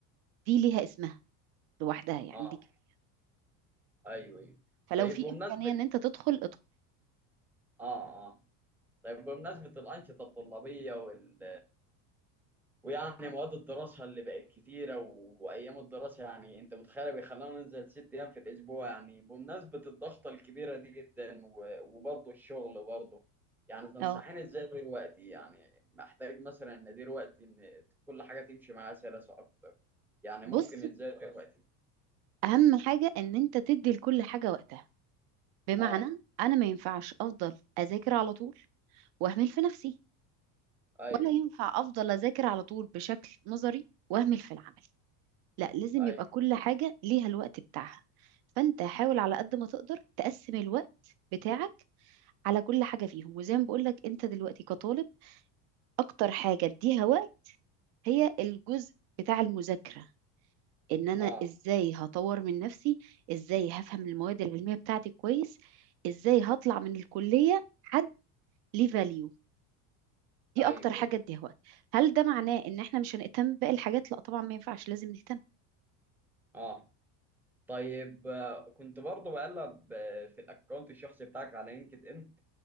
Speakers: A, on the right; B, in the centre.
A: دي ليها اسمها لوحدها يعني
B: اه
A: دي كفاية.
B: ايوه ايوه
A: فلو
B: طيب
A: في
B: بمناسبة
A: إمكانية إن أنت تدخل ادخل
B: اه اه طيب بمناسبة الأنشطة الطلابية وال... ويعني مواد الدراسة اللي بقت كتيرة و... وأيام الدراسة يعني أنت متخيل بيخلونا ننزل ست أيام في الأسبوع يعني بمناسبة الضغطة الكبيرة دي جدا و... وبرضه الشغل برضه يعني تنصحيني
A: اه
B: إزاي أدير وقتي يعني محتاج مثلا إن أدير وقتي إن كل حاجة تمشي معايا سلاسة أكتر يعني
A: بص
B: ممكن إزاي أدير وقتي
A: اهم حاجه ان انت تدي لكل حاجه وقتها بمعنى
B: اه
A: انا ما ينفعش افضل اذاكر على طول واهمل في نفسي
B: ايوه
A: ولا ينفع افضل اذاكر على طول بشكل نظري واهمل في العمل لا لازم
B: ايوه
A: يبقى كل حاجة ليها الوقت بتاعها فانت حاول على قد ما تقدر تقسم الوقت بتاعك على كل حاجة فيهم وزي ما بقولك انت دلوقتي كطالب اكتر حاجة اديها وقت هي الجزء بتاع المذاكرة ان انا
B: اه
A: ازاي هطور من نفسي ازاي هفهم المواد العلمية بتاعتي كويس ازاي هطلع من الكلية حد ليه value دي
B: ايوه
A: اكتر حاجه
B: ايوه
A: اديها وقت هل ده معناه ان احنا مش هنهتم باقي الحاجات لا طبعا ما ينفعش لازم نهتم
B: اه طيب آه، كنت برضه بقلب آه، في الاكونت الشخصي بتاعك على لينكد ان